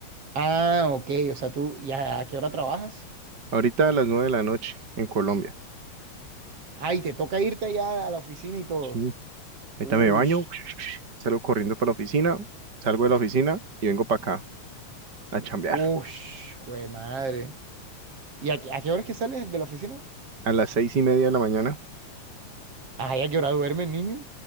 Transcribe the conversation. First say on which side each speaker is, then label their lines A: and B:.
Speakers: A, on the right; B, on the right.
A: ah, ok, o sea, tú, ya, ¿a qué hora trabajas?
B: Ahorita a las nueve de la noche en Colombia.
A: Ah, y te toca irte ya a la oficina y todo.
B: Sí. Ahorita
A: Ush,
B: me baño, <smacks lips> salgo corriendo para la oficina, salgo de la oficina y vengo para acá a chambear.
A: ush, güey, madre. ¿Y a, qué a qué hora es que sales de la oficina?
B: A las seis y media de la mañana
A: Ah, ¿y a qué hora duerme el niño?